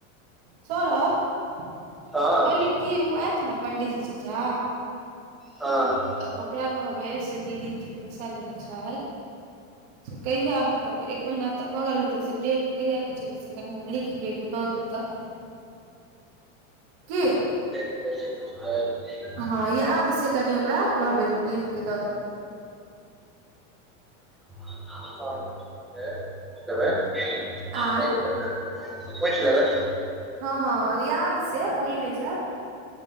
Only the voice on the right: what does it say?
सौरभ, कहली
की ओ आयत ने पण्डीजी चाचा
तऽ ओकरा कहबै से दीदी जे पैसा लेने छै से कहिया मतलब एक महीना तऽ भऽ गेल हतै से डेट कहियाके छलै से कनि हमरा लिख कऽ एगो दऽ दै तऽ। <inaudible> की
हाँ याद से कनि ओकरा कहबै जे लिखके दऽ दैले।
आँय
हाँ हाँ याद से भूलि नै जायब।